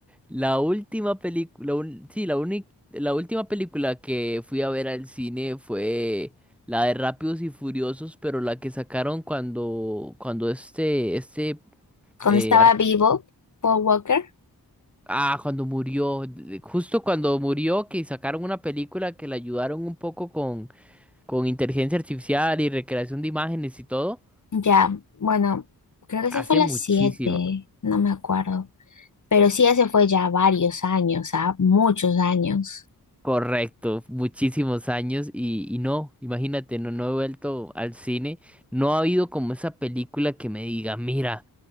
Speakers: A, in the centre; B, on the left.
A: la última película, sí, la única, la última película que fui a ver al cine fue la de Rápidos y Furiosos, pero la que sacaron cuando, cuando este, este,
B: Cuando
A: eh,
B: estaba
A: ar-
B: vivo, Paul Walker,
A: ah, cuando murió, de- justo cuando murió, que sacaron una película que la ayudaron un poco con, con inteligencia artificial y recreación de imágenes y todo,
B: ya, bueno, creo que
A: hace
B: se fue a las
A: muchísimo.
B: 7, no me acuerdo. Pero sí, ese fue ya varios años, ¿ah? Muchos años.
A: Correcto, muchísimos años y, y no, imagínate, no, no he vuelto al cine, no ha habido como esa película que me diga, mira,